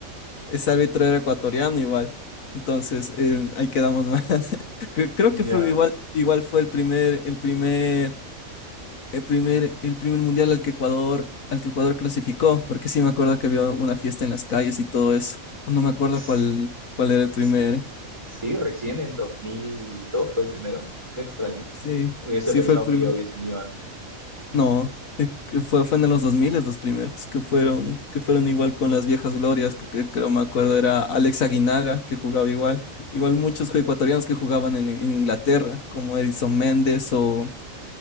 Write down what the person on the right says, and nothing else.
Ya.
Ts-
Sí, sí, recién en 2002 fue el primero. Qué extraño.
Hubiese
pensado
que ya hubiesen ido antes.